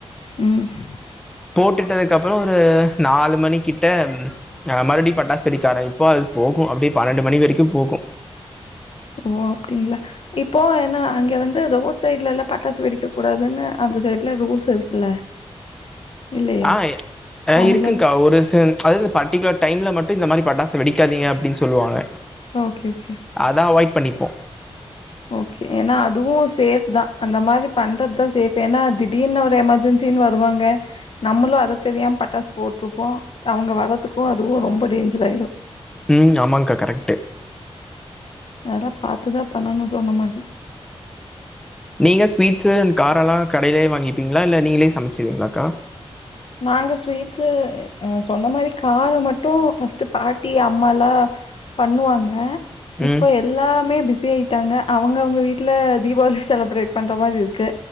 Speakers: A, on the left (about 55°); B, in the centre.
A: ம்
B: போட்டுட்டு அதுக்கு அப்பறோ ஒரு நாலு மணி கிட்ட ம் அ மறுபடியு பட்டாசு வெடிக்க ஆரமிப்போ அது போகு அப்டியே பன்னெண்டு மணி வரைக்கு போகு
A: ஓ அப்டிங்ளா இப்போ ஏன்னா அங்கே வந்து ரோட் சைட்லல்லா பட்டாசு வெடிக்க கூடாதுன்னு அந்த சைடு்ல ரூல்ஸ் இருக்குல்ல இல்லையா?
B: ஆயெ ஆ
A: டவுன்லலாம்?
B: இருக்குங்கா ஒரு சன் அதாவ்து இந்த பர்டிகுலர் டைம்ல மட்டு இந்த மாரி பட்டாசு வெடிக்காதிங்க அப்டின் சொல்லுவாங்க
A: ஓகே ஓகே
B: அதா அவாய்ட் பண்ணிப்போ
A: ஓகே ஏனா அதுவு சேஃப் தா அந்த மாதி பண்றதா சேஃப் ஏன்னா திடீர்னு ஒரு எமர்ஜென்சி சின் வருவாங்க நம்மளு அத தெரியாம பட்டாசு போட்ருப்போ அவங்க வர்றதுக்கு அதுவு ரொம்ப டேஞ்சர் ஆய்ரு
B: ம் ஆமாங்க்கா கரெக்ட்டு
A: அதெல்லா பாத்து தா பண்ணணு சொன்ன மாரி
B: நீங்க ஸ்வீட்ஸ்ஸு அண்ட் காரல்லா கடைலே வாங்கிப்பீங்ளா இல்ல நீங்களே சமைச்சிருவீங்ளாக்கா
A: நாங்க ஸ்வீட்ஸ்ஸு அ சொன்ன மாரி காரோ மட்டு ஃபஸ்ட் பாட்டி அம்மாலா பண்ணுவாங்க இப்ப
B: ம்.
A: எ எல்லாமே பிஸி ஆயிட்டாங்க அவங்க அவங்க வீட்ல தீபாவளி செலப்ரேட் பண்ற மாரி இருக்கு